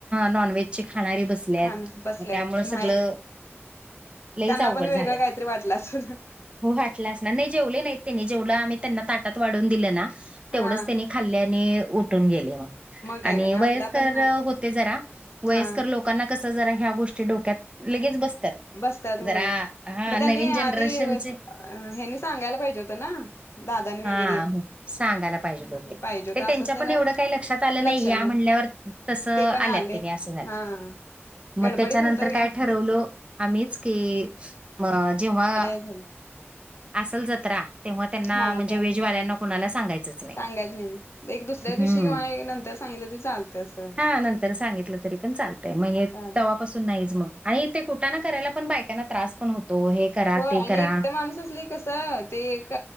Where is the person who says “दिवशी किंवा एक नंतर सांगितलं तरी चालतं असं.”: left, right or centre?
Left